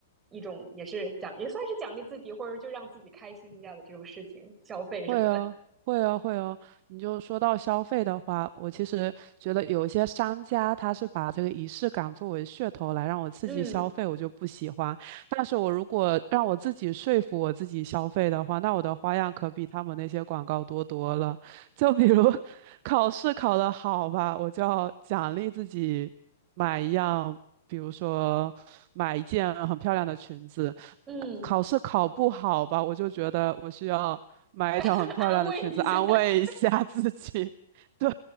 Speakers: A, on the right (about 20°); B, on the right (about 45°).
A: 一种也是奖，也算是奖励自己，或者就让自己开心一下的这种事情，消费什么的。
B: 会哦，会哦，会哦。你就说到消费的话，我其实觉得有一些商家他是把这个仪式感作为噱头来让我刺激消费，
A: 嗯
B: 我就不喜欢。但是我如果让我自己说服我自己消费的话，那我的花样可比他们那些广告多多了。就比如 <laughs> 考试考得好吧，我就要奖励自己买一样，比如说。买一件很漂亮的裙子。
A: 嗯，
B: 考试考不好吧，我就觉得我需要买一条很漂亮的裙子安慰一下
A: <laughs> 安慰一下。<laughs>
B: <laughs> 自己。<laughs> 对，